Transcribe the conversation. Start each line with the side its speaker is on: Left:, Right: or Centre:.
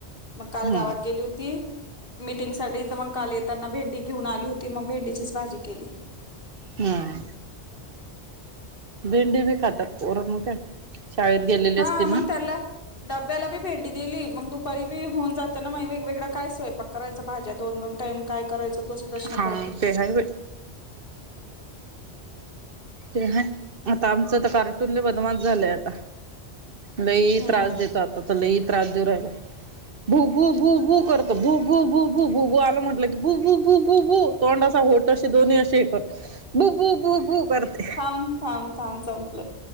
Left: मग काल
Right: हम्म
Left: गावात गेली होती. मीटिंगसाठी तर मग काल येताना भेंडी घेऊन आली होती, मग भेंडीचीच भाजी केली.
Right: हम्म. भिंडी बी खातात पोर म काय. शाळेत गेलेले
Left: हा
Right: असतील
Left: मग
Right: ना
Left: त्याला डब्याला बी भेंडी दिली मग दु परीबी होऊन जाता ना मग वेग वेगळ काय स्वयपाक करायच भाज्या दोन दोन टाईम काय करायचं तोच प्रश्न
Right: हा.
Left: पडते
Right: ते हाय वय. ते ह आता आमचं तर कार्टून बदमास झालाय आता. लई
Left: हम्म
Right: त्रास देतो आता तर नाही त्रास देऊ राहिला भू भू भू भू कर भु बु भु भु बु बु आला म्हटलं की बु बु बु बु बु तोंड <unintelligible> दो बू बू बू बू कर
Left: थांब, थांब, थांब संपलं.